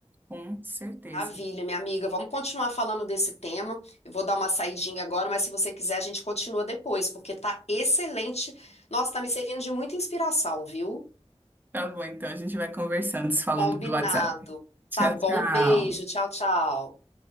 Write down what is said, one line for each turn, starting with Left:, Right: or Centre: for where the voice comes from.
Right: com certeza.
Left: Maravilha, minha amiga. Vamos continuar falando desse tema. Eu vou dar uma saidinha agora, mas se você quiser, a gente continua depois, porque tá excelente. Nossa, tá me servindo de muita inspiração, viu?
Right: Tá bom, então a gente vai conversando, se falando
Left: Combinado.
Right: pelo WhatsApp. Tchau,
Left: Tá bom,
Right: tchau.
Left: beijo. Tchau, tchau.